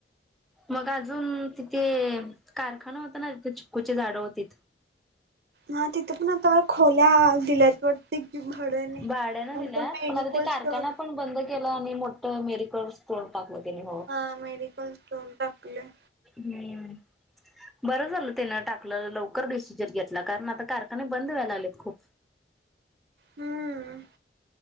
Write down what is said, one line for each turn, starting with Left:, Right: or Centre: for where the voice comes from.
Centre: मग अजून तिथे कारखाना होता ना तिथे चिककूची झाडं होती.
Right: हा तिथं पण आता खोल्या दिल्यात त घडणे
Centre: भाड्यानं
Right: आणिंत
Centre: दिल्यात
Right: मेडिकल
Centre: पण आता ते कारखाना
Right: स्टोअर
Centre: पण बंद केलं आणि मोठं मेरिकस करतगे हो
Right: हा मेडिकल स्टोर ट आपलं
Centre: नाही् बरं झालं त्यानं टाकलं लवकर डिस्सिजर घेतला कारण आता कारखाने बंद व्हायला आलेत खूप
Right: हम्